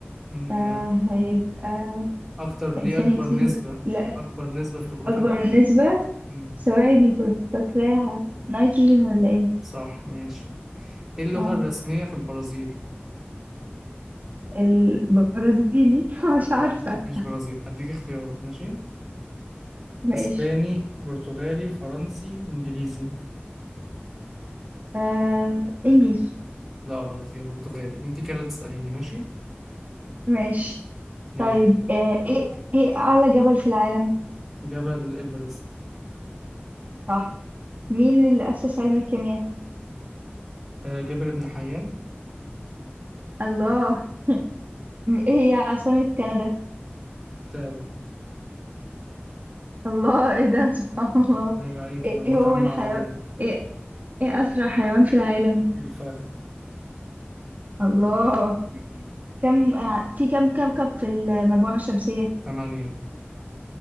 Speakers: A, in the centre; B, on the right.
A: مم،
B: آه،
A: يعني
B: هيبقى
A: اكتر ليه
B: ثاني
A: اكبر
B: اكسيد
A: نسبة
B: ال- لا
A: اكبر نسبة في الغلاف
B: اكبر
A: الجوي
B: نسبه
A: مم،
B: ثواني كنت فاكراها نيتروجين ولا ايه
A: صح ماشي ايه اللغة
B: اه
A: الرسمية في البرازيل
B: البرازيلي <laughs> مش عارفة
A: لا مفيش برازيل هديك اختيارات ماشي
B: ماشي
A: اسباني برتغالي فرنسي انجليزي
B: آه انجلش
A: لا غلط هي برتغالي انت كده اللي تسأليني ماشي
B: ماشي
A: يلا
B: طيب آه ايه ايه اعلى جبل في العالم
A: جبل ايفرست
B: صح مين اللي أسس علم الكيمياء
A: آه، جبل ابن حيان
B: الله <laughs> ايه هي عاصمة كندا
A: اوتاوا
B: الله ايه ده <laughs> سبحان الله
A: عيب عليك
B: ايه
A: معلومات
B: هو
A: عامة
B: الحيوان
A: عالية
B: ايه ايه أسرع حيوان في العالم
A: الفهد
B: الله كم ع- في كم كوكب في المجموعة الشمسية
A: ثمانية